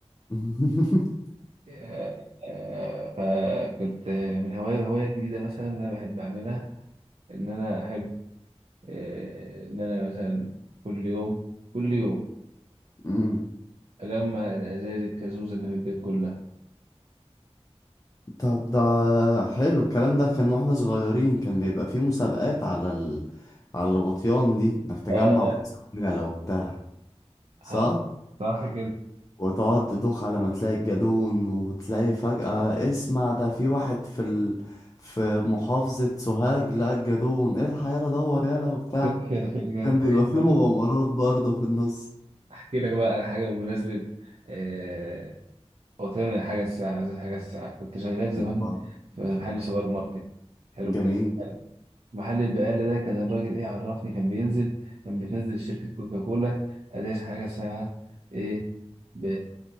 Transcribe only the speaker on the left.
<laughs>
مم.
طب ده حلو الكلام ده كان واحنا صغيرين كان بيبقى فيه مسابقات على ال... على الغطيان دي انك تجمع
وتكسب عجلة وبتاع صح؟
وتقعد تدوخ على ما تلاقي الجدون وتلاقي فجأة اسمع ده في واحد في ال... في محافظة سوهاج لقى الجدون الحق يلا دور يلا وبتاع
كان بيبقى فيه مغامرات برضه في النص
اتفضل.
جميل